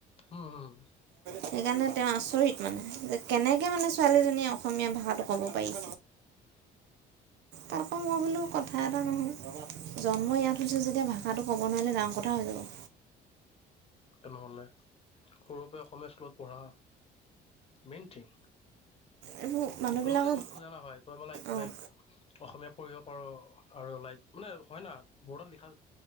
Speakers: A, on the left (about 35°); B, on the right (about 80°).
A: উম, হুম।
B: সেইকাৰণে তেওঁ আচৰিত মানে যে কেনেকে মানে ছোৱালীজনীয়ে অসমীয়া ভাষাটো ক'ব পাৰি। তাৰপৰা মই বোলো কথা এটা নহয়। জন্ম ইয়াত হৈছো যেতিয়া ভা কথাটো ক'ব নোৱাৰিলে ডাঙৰ কথা হৈ যাব।
A: তেনেহ'লে সৰুৰ পৰা অসমীয়া স্কুলত পঢ়া, মেইন থিং।
B: এইবোৰ মানুহবিলাকক
A: কোনোবা যদি মোক খোজা নহয় ত' মই লাইক
B: অঁ
A: লাইক অসমীয়া পঢ়িব পাৰোঁ আৰু লাইক মানে হয় না ব'ৰ্ডত লিখা